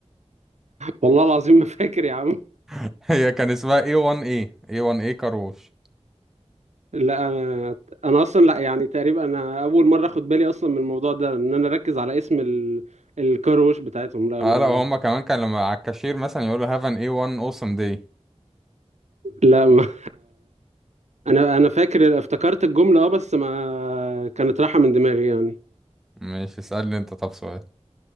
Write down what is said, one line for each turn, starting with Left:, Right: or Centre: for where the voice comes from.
Right: والله العظيم ما فاكر يا عم
Centre: <laughs> هي كان اسمها A1A A1A كاروش
Right: لا انا انا اصلا لا يعني تقريبا انا اول مره اخد بالي اصلا من الموضوع ده ان انا اركز على اسم ال... الكاروش بتاعتهم لا
Centre: اه
Right: ما
Centre: لا وهم كمان كان لما على الكاشير مثلا يقولوا هاف ان A1 اوسم دي
Right: لا ما <laughs> انا انا فاكر افتكرت الجمله اه بس ما كانت رايحه من دماغي يعني
Centre: مش اسألني انت طب سؤال